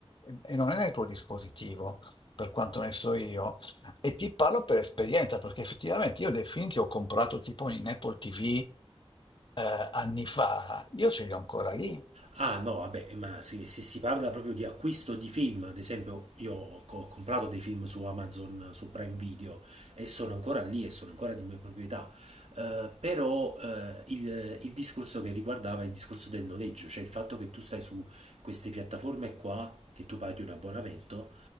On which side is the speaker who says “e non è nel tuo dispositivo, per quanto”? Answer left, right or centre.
Left